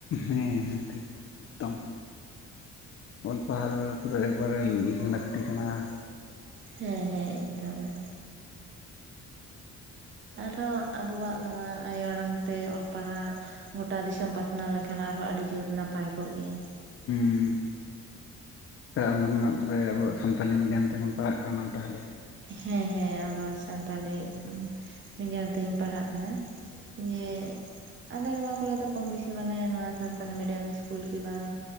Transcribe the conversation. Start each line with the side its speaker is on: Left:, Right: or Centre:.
Left: ᱦᱮᱸ᱾ ᱴᱷᱤᱠ ᱮᱠᱫᱚᱢ᱾ ᱚᱞ ᱯᱟᱲᱦᱟᱹᱣ ᱫᱚ ᱯᱩᱨᱟᱹ ᱮᱠᱵᱟᱨᱮ ᱞᱟᱹᱠᱛᱤ ᱠᱟᱱᱟ ᱾
Right: ᱦᱮᱸ ᱦᱮᱸ ᱮᱠᱫᱚᱢ᱾ ᱟᱫᱚ ᱟᱵᱚᱣᱟᱜ ᱱᱚᱣᱟ ᱟᱭᱳ ᱟᱲᱟᱝ ᱛᱮ ᱚᱞ ᱯᱟᱲᱦᱟᱣ ᱜᱳᱴᱟ ᱫᱤᱥᱚᱢ ᱯᱟᱥᱱᱟᱣ ᱞᱮᱱᱠᱷᱟᱱ ᱟᱨᱦᱚᱸ ᱟᱹᱰᱤ ᱡᱳᱨ ᱱᱟᱯᱟᱭ ᱠᱚᱜ ᱜᱮᱭᱟ ᱾
Left: ᱦᱩᱸ ᱛᱟᱦᱞᱮ ᱨᱮᱱᱟᱜ ᱛᱚᱵᱮ ᱟᱵᱚᱣᱟᱜ ᱥᱟᱱᱛᱟᱞᱤ ᱢᱤᱰᱤᱭᱟᱢ ᱛᱮᱜᱮᱢ ᱯᱟᱲᱦᱟᱜ ᱠᱟᱱᱟ ᱛᱟᱦᱚᱞᱮ?
Right: ᱦᱮᱸ ᱦᱮᱸ ᱟᱵᱚᱣᱟᱜ ᱥᱟᱱᱛᱟᱞᱤ ᱢᱤᱰᱤᱭᱟᱢ ᱛᱮᱜᱤᱧ ᱯᱟᱲᱦᱟᱜ ᱠᱟᱱᱟ ᱾ ᱡᱮ ᱟᱞᱮ ᱱᱚᱣᱟ ᱠᱚᱨᱮ ᱫᱚ ᱠᱚᱢ ᱵᱮᱥᱤ ᱢᱟᱱᱮ ᱱᱚᱣᱟ ᱥᱟᱱᱛᱟᱞᱤ ᱢᱤᱰᱤᱭᱟᱢ ᱤᱥᱠᱩᱞ ᱜᱮ ᱵᱟᱝ